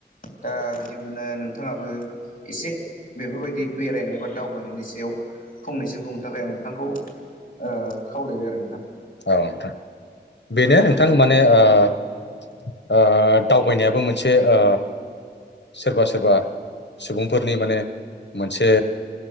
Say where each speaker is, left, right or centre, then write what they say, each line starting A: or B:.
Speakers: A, on the left; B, on the left.
A: दा बिदिनो नों। थाङाबो एसे बेफोरबायदि बेरायनाय बा दावबायनायनि सायाव। फंनैसो बुंनो थाखाय आं नोंथांखौ ओ खावलायबाय आरो नोंथां
B: औ नोंथां बेनो नोंथां माने ओ दावबायनायाबो मोनसे ओ सोरबा सोरबा सुबुंफोरनि माने मोनसे।